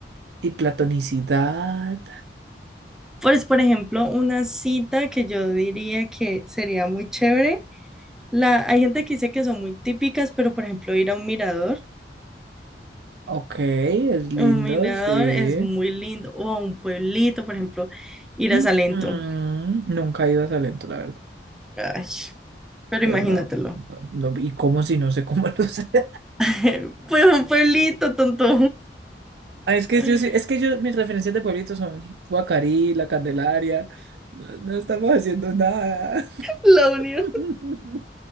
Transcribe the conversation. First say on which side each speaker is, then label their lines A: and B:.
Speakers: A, on the right; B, in the centre.
A: y platonicidad.
B: Pues, por ejemplo, una cita que yo diría que sería muy chévere. La, hay gente que dice que son muy típicas, pero por ejemplo, ir a un mirador.
A: Ok, es lindo,
B: Un mirador
A: sí.
B: es muy lindo. O un pueblito, por ejemplo, ir
A: Ujú,
B: a Salento.
A: Nunca he ido a Salento, la verdad.
B: Ay, pero
A: Pues
B: imagínatelo.
A: no, no, ¿y cómo si no sé cómo lo sé? <laughs>
B: <laughs> Pues un pueblito, tonto.
A: Ah, es que
B: <laughs>
A: yo, sí- es que yo, mis referencias de pueblitos son Guacarí, La Candelaria, no, no estamos haciendo nada.
B: La Unión.
A: <laughs>